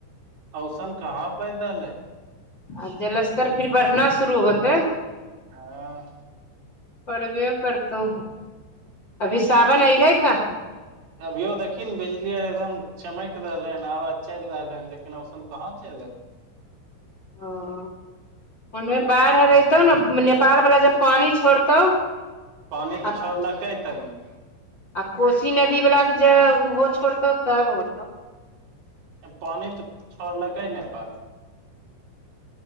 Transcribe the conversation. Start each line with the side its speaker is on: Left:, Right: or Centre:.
Right: औसन कहाँ पैड़ रहलै
Left: आ जलस्तर फिर बढ़ना शुरू होतै
Right: हँ
Left: परबे कैरतउ अभी सावन अऐलै काहा
Right: अभियौ देखी ने बिजली एकदम चमैक रहलै हन आवाज चलि रहलै हन लेकिन ओइसन कहाँ चलि दे
Left: ह ओन मे बाढ़ि रतौ ने नेपाल वाला जब पानी छोड़तौ
Right: पानि तऽ
Left: आ
Right: छोड़लकै तनी
Left: आ कोशी नदी वालाके जे ओहो छोड़तौ तब होतौ
Right: पानि तऽ छोड़लकै नेपाल